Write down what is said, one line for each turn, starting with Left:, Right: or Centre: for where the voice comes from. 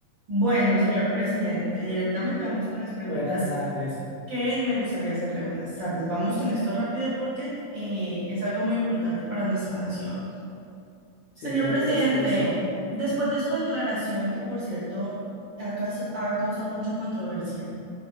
Right: Bueno, señor presidente, directamente vamos con las preguntas
Left: Buenas tardes.
Right: que me gustaría hacerle. Buenas tardes. Vamos con esto rápido porque eh, es algo muy importante para nuestra nación.
Left: Sí,
Right: Señor
Left: claro,
Right: presidente,
Left: por supuesto.
Right: después de su declaración, que por cierto ha, caus- ha causado mucha controversia,